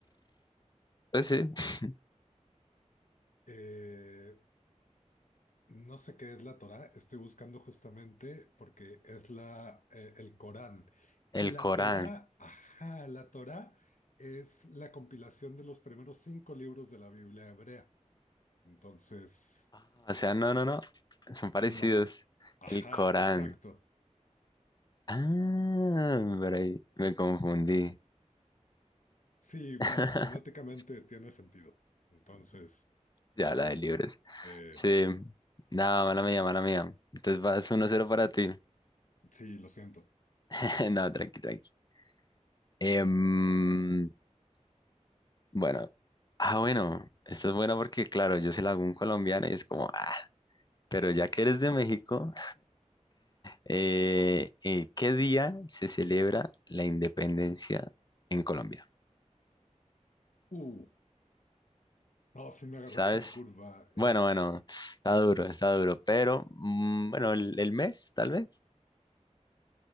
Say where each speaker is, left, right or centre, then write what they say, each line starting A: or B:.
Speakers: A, on the left; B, on the left.
A: Pues sí. <laughs>
B: Eh, No sé qué es la Torá, estoy buscando justamente porque es la, eh, el Corán.
A: El
B: La
A: Corán.
B: Torá, ajá, la Torá es la compilación de los primeros cinco libros de la Biblia hebrea. Entonces,
A: Ah, O sea, no, no, no. Son parecidos.
B: no, ajá,
A: El Corán.
B: exacto.
A: Ah, por ahí me confundí.
B: Sí, bueno,
A: <laughs>
B: fonéticamente tiene sentido. Entonces,
A: Se habla
B: eh,
A: de libros.
B: eh,
A: Sí. Nada, mala mía, mala mía. Entonces vas uno cero para ti.
B: sí, lo siento.
A: <laughs> No, tranqui, tranqui. Em, bueno. Ah, bueno. Esta es buena porque, claro, yo se la hago a un colombiano y es como, ah, pero ya que eres de México, eh, eh, ¿qué día se celebra la independencia en Colombia?
B: Uh, no, sí me agarraste
A: ¿sabes?
B: en curva.
A: Bueno,
B: Este,
A: bueno, está duro, está duro, pero mm, bueno, el, el mes, tal vez.